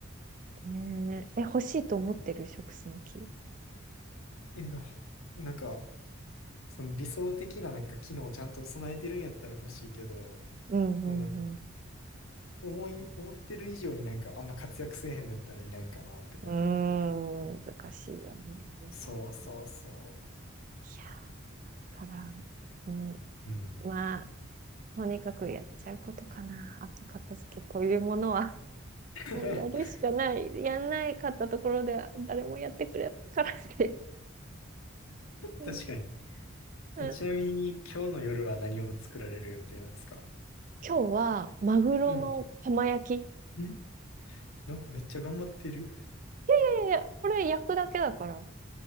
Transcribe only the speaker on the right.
ねえ、え欲しいと思ってる食洗機。
うんうん
うん。うーん、難しいよね。い
や、だから、うん、
まあ、とにかくやっちゃうことかな。後片付けというものは
もうやるしかない。やんないかったところでは誰もやってくれないからって。うん
うん、
今日はマグロの浜焼き。
でこれ焼くだけだから。